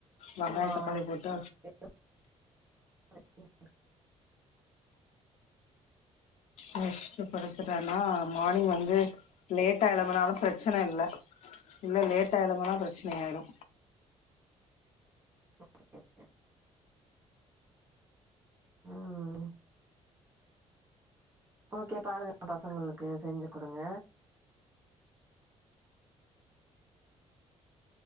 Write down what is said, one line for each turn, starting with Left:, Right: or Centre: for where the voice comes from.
Left: வங்காயோ
Right: ஆமா
Left: தக்காளி போட்டு
Right: <inaudible>
Left: முச்ட்டு படுத்துட்டனா மார்னிங் வந்து லேட்டா எழுமுனாலு பிரச்சன இல்ல இல்ல லேட்டா எழுமுனா பிரச்சனயாயிரு
Right: <inaudible> ம் ஓகே பாருங்க பசங்களுக்கு செஞ்சு குடுங்க